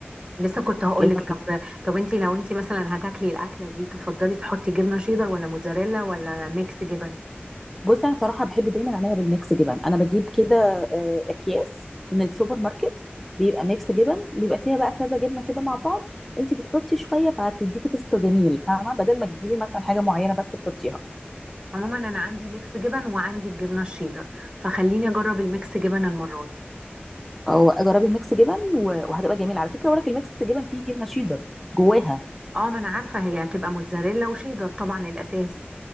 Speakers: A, on the right (about 25°); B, in the centre.
A: لسه كنت هقول
B: كريمة-
A: لك طب طب انت لو انت مثلا هتاكلي الاكله دي تفضلي تحطي جبنه شيدر ولا موزاريلا ولا ميكس جبن
B: بصي انا صراحه بحب دايما اعملها بالميكس جبن انا بجيب كده آه، اكياس من السوبر ماركت بيبقى ميكس جبن بيبقى فيها بقى كذا جبنه كده مع بعض انت بتحطي شويه فهتديكي تستر جميل فاهمه بدل ما تجيبي مثلا حاجه معينه بس تحطيها
A: عموما انا عندي ميكس جبن وعندي الجبنه الشيدر فخليني اجرب الميكس جبن المره دي
B: او جربي الميكس جبن و- وهتبقى جميله على فكره وراك الميكس جبن فيه جبنه شيدر جواها
A: اه ما انا عارفه هي هتبقى موتزاريلا وشيدر طبعا الاساس